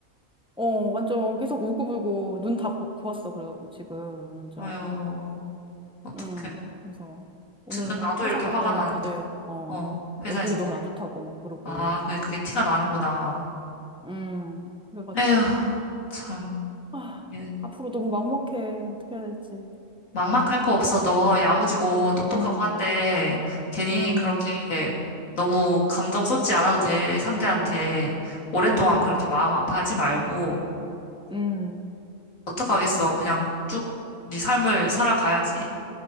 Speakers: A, in the centre; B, on the left.
A: 어, 완전 계속 울고불고 눈 다 부었어. 그래갖고 지금, 완전.
B: 아유, 어떡해.
A: 음, 그래서 오늘
B: 듣는 나도
A: 회사
B: 이렇게
A: 갔더니
B: 화가 나는데.
A: 다들, 어,
B: 어,
A: 얼굴이
B: 회사에서 뭐래.
A: 너무 안 좋다고 막 그러고,
B: 아, 그게,
A: 사람들이.
B: 그게 티가 나는구나.
A: 음, 그래가지고,
B: 에휴, 참.
A: 아,
B: 예.
A: 앞으로 너무 막막해. 어떻게 해야 될지.
B: 막막할 거 없어. 너 야무지고 똑똑하고
A: 음,
B: 한데 괜히
A: 음,
B: 그렇게 너무 감정 쏟지 않아도 돼. 상대한테 오랫동안
A: 음,
B: 그렇게 마음
A: 음.
B: 아파하지 말고
A: 음,
B: 어떡하겠어.
A: 알겠어.
B: 그냥 쭉 네 삶을 살아가야지.